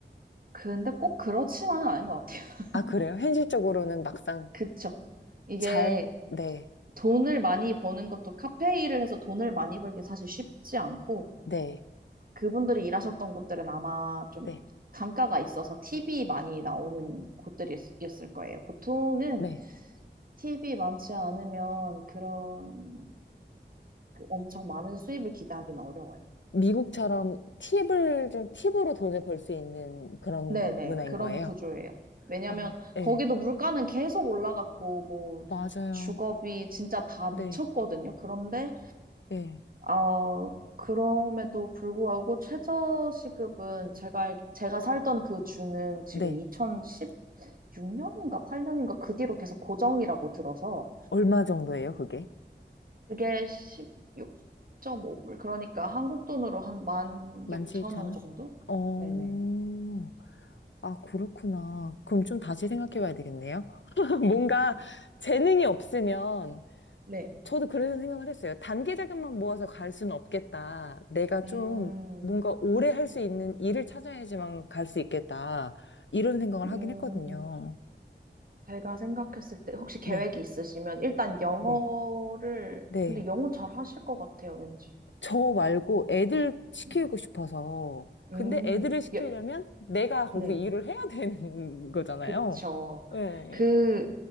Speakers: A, on the right; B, on the left.
A: 근데 꼭 그렇지만은 않은 것 같아요. <laughs>
B: 아, 그래요? 현실적으로는 막상
A: 그쵸. 이게
B: 잘, 네,
A: 돈을 많이 버는 것도 카페 일을 해서 돈을 많이 벌긴 사실 쉽지 않고
B: 네,
A: 그분들이 일하셨던 곳들은 아마 좀
B: 네,
A: 단가가 있어서 팁이 많이 나오는 곳들이었을 거예요. 보통은
B: 네.
A: 팁이 많지 않으면 그런 그 엄청 많은 수입을 기대하기는 어려워요.
B: 미국처럼 팁을 좀 팁으로 돈을 벌 수 있는 그런
A: 네네,
B: 문화인
A: 그런
B: 거예요?
A: 구조예요. 왜냐면
B: 아, 네,
A: 거기도 물가는 계속 올라갔고, 뭐,
B: 맞아요.
A: 주거비 진짜 다
B: 네,
A: 미쳤거든요. 그런데,
B: 네,
A: 어, 그럼에도 불구하고 최저시급은 제가, 알- 제가 살던 그 주는 지금
B: 네.
A: 2016년인가 8년인가 그 뒤로 계속 고정이라고 들어서
B: 얼마 정도예요, 그게?
A: 그게 16.5불. 그러니까 한국 돈으로 한 16,000원
B: 17,000원?
A: 정도?
B: 어,
A: 네네.
B: 아, 그렇구나. 그럼 좀 다시 생각해 봐야 되겠네요. <laughs> 뭔가 재능이 없으면
A: 네.
B: 저도 그래서 생각을 했어요. 단기 자금만 모아서 갈 수는 없겠다. 내가
A: 음,
B: 좀 뭔가 오래 할 수 있는 일을 찾아야지만 갈 수 있겠다. 이런 생각을
A: 음,
B: 하긴 했거든요.
A: 제가 생각했을 때 혹시 계획이
B: 네,
A: 있으시면 일단 영어를,
B: 네, 네.
A: 근데 영어 잘 하실 것 같아요, 왠지.
B: 저 말고 애들 시키고
A: 음.
B: 싶어서. 근데
A: 음,
B: 애들을 시키려면
A: 예,
B: 내가 거기서
A: 네,
B: 일을 해야 되는 <laughs> 거잖아요.
A: 그쵸.
B: 네.
A: 그,